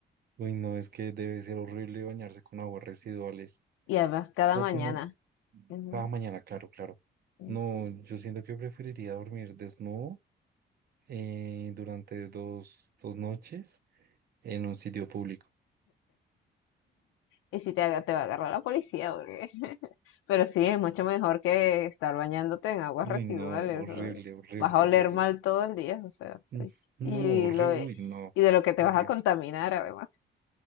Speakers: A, on the right; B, on the left.
A: uy, no, es que debe ser horrible bañarse con aguas residuales.
B: Y además cada
A: O
B: mañana.
A: como
B: Ujú,
A: cada mañana, claro, claro.
B: ujú.
A: No, yo siento que preferiría dormir desnudo eh, durante dos, dos noches en un sitio público.
B: Y si te, aga- te va a agarrar la policía, porque- <laughs> Pero sí, es mucho mejor que estar bañándote en aguas
A: Uy,
B: residuales.
A: no, horrible,
B: o- sea,
A: horrible,
B: Vas a oler
A: horrible.
B: mal todo el día, o sea.
A: Mm,
B: ay, Y,
A: No, horrible,
B: lo, de-
A: uy, no,
B: y de lo que te
A: horrible.
B: vas a contaminar, además.